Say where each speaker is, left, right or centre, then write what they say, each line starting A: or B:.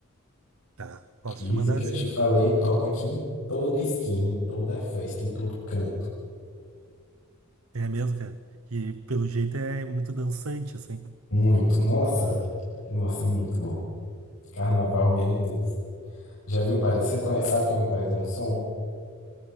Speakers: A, on the right (about 85°); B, on the left (about 80°).
A: Tá, posso
B: Isso
A: te mandar,
B: que eu
A: sim.
B: te falei toca aqui em toda esquina, em toda festa, em todo canto.
A: É mesmo, cara. E pelo jeito é muito dançante, assim.
B: Muito. Nossa, nossa, é muito bom. Carnaval, meu Deus. Já viu parede? Você conhece, sabe o que é um paredão de som?